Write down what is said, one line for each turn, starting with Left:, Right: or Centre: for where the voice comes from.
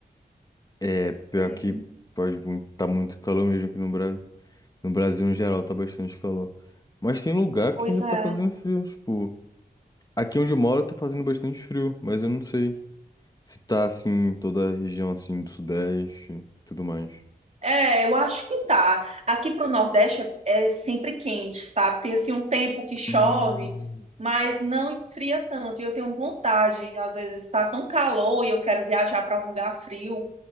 Left: É, pior
Right: Hum,
Left: que pode muito, tá muito calor mesmo aqui no Brasil. No Brasil, em geral, tá bastante calor. Mas tem lugar
Right: Pois
Left: que ainda
Right: é.
Left: tá fazendo frio. Tipo, aqui onde eu moro tá fazendo bastante frio, mas eu não sei se tá assim, em toda a região assim do Sudeste e tudo mais.
Right: É, eu acho que dá. Aqui para o Nordeste é, é sempre quente, sabe? Tem assim um tempo que chove,
Left: Hum.
Right: mas não esfria tanto. E eu tenho vontade, às vezes está tão calor e eu quero viajar para um lugar frio.